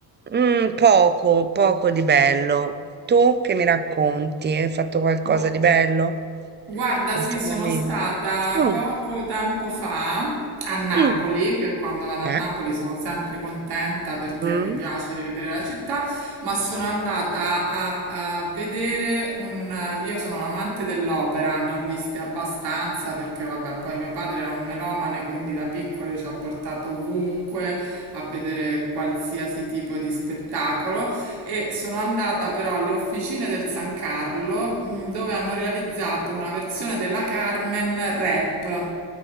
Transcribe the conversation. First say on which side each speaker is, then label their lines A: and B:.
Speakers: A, on the right; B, on the right.
A: mm, poco, poco di bello. Tu che mi racconti? Hai fatto qualcosa
B: Gu-
A: di bello
B: Guarda,
A: ultimamente?
B: sì, sono stata
A: Mm,
B: poco tempo fa a Napoli,
A: mm,
B: che quando vado a
A: eh?
B: Napoli sono sempre contenta perché
A: Mm,
B: mi piace rivedere la città, ma sono andata a, a vedere un... Io sono un amante dell'opera, ne ho viste abbastanza perché vabbè, poi mio padre era un melomane, quindi da piccolo ci ha portato ovunque a vedere qualsiasi tipo di spettacolo. e sono andata però alle officine del San Carlo mh, dove hanno realizzato una versione della Carmen rap